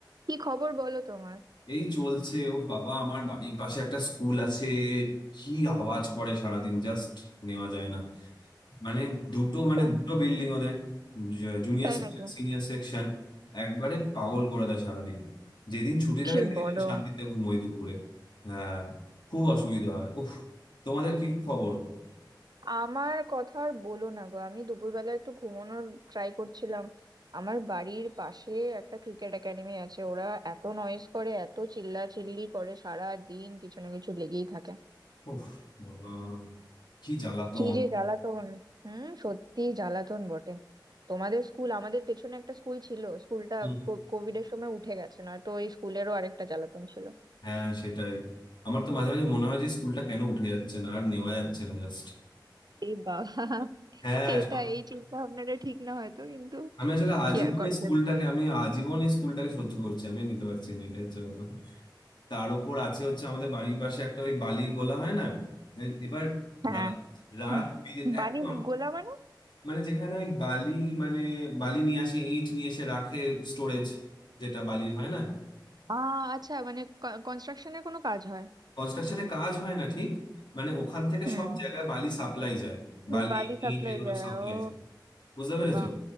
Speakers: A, on the right; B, on the left.
A: কি খবর বলো তোমার
B: এই চলছে ও বাবা আমার বাড়ির পাশে একটা স্কুল আছে কি আওয়াজ করে সারাদিন জাস্ট নেওয়া যায় না মানে দুটো মানে
A: তো
B: দুটো বিল্ডিং ওদের জুনিয়র
A: তাই
B: সেকশন
A: নাকি
B: সিনিয়র সেকশন একবারে পাগল করে দেয় সারাদিন যেদিন ছুটি থাকে
A: কি
B: সেদিন
A: বলো
B: আমি শান্তিতে ঘুমোই দুপুরে হ্যাঁ খুব অসুবিধা হয় উফ তোমাদের কি খবর
A: আমার কথা আর বলো না গো আমি দুপুরবেলা একটু ঘুমানোর ট্রাই করছিলাম আমার বাড়ির পাশে একটা ক্রিকেট একাডেমি আছে ওরা এত নয়েজ করে এত চিল্লাচিল্লি করে সারা দিন কিছু না কিছু লেগেই থাকে
B: উফ বাবা কি জ্বালাতন
A: কি যে জ্বালাতন হুম সত্যি জ্বালাতন বটে তোমাদের স্কুল আমাদের পেছনে একটা স্কুল ছিল স্কুলটা
B: হুম,
A: কোভিড এর সময় উঠে গেছে না তো এই স্কুলেরও আরেকটা জ্বালাতন ছিল
B: হ্যাঁ সেটাই আমার তো মাঝে মাঝে মনে হয় যে স্কুলটা কেন উঠে যাচ্ছে না আর নেওয়া যাচ্ছে না জাস্ট
A: এ বাবা
B: হ্যাঁ
A: এটা
B: স-
A: এই চিন্তা ভাবনাটা ঠিক না হয়তো কিন্তু
B: আমি আসলে আজীবন
A: কি আর করা
B: এই স্কুলটাকে
A: যাবে
B: আমি আজীবন এই স্কুলটাকে সহ্য করছি আমি নিতে পারছি না এটা হচ্ছে ব্যাপার তার উপর আছে হচ্ছে আমাদের বাড়ির পাশে একটা ওই বালির গোলা হয় না এ- এবার
A: হ্যাঁ
B: রাত রাত
A: উম,
B: বিরে-
A: বালির
B: একদম
A: গোলা মানে
B: মানে যেখানে ওই বালি মানে বালি নিয়ে আসে ইট নিয়ে এসে রাখে স্টোরেজ যেটা বালির হয় না
A: আ আচ্ছা মানে কনস্ট্রাকশনের কোনো কাজ হয়
B: কনস্ট্রাকশনে কাজ হয় না ঠিক মানে ওখান থেকে
A: হুম
B: সব জায়গায় বালি সাপ্লাই যায় বালি
A: বালি সাপ্লাই
B: ইট এগুলো
A: যায়
B: সাপ্লাই
A: ও
B: যায় বুঝতে পেরেছো
A: বাহ